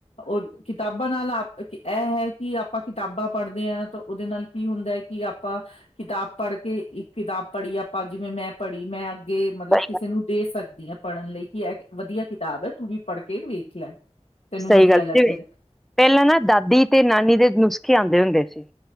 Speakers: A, on the left; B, in the centre.
A: ਓ ਕਿਤਾਬਾਂ ਨਾਲ ਆਪ ਐ ਹੈ ਕੀ ਆਪਾਂ ਕਿਤਾਬਾਂ ਪੜ੍ਹਦੇ ਆ ਤਾਂ ਓਦੇ ਨਾਲ ਕੀ ਹੁੰਦੈ ਕੀ ਆਪਾਂ ਕਿਤਾਬ ਪੜ੍ਹ ਕੇ ਇੱਕ ਕਿਤਾਬ ਪੜ੍ਹੀ ਆਪਾਂ ਜਿਵੇਂ ਮੈਂ ਪੜ੍ਹ ਵੀ ਮੈਂ ਅੱਗੇ ਮਤਲਬ
B: ਸਹੀ
A: ਕਿਸੇ
B: ਗੱਲ
A: ਨੂੰ ਦੇ ਸਕਦੀ ਆਂ ਪੜ੍ਹਨ ਲਈ ਕੀ ਐ ਵਦੀਆ ਕਿਤਾਬ ਐ ਤੂੰ ਵੀ ਪੜ੍ਹ ਕੇ ਵੇਖ ਲੈ। ਤੈਨੂੰ
B: ਸਈ
A: ਵਧੀਆ
B: ਗੱਲ
A: ਲੱਗੇਗਾ
B: ਜਿਵੇਂ ਪੈਲਾਂ ਨਾ ਦਾਦੀ ਤੇ ਨਾਨੀ ਦੇ ਨੁਸਖੇ ਆਂਦੇ ਹੁੰਦੇ ਸੀ।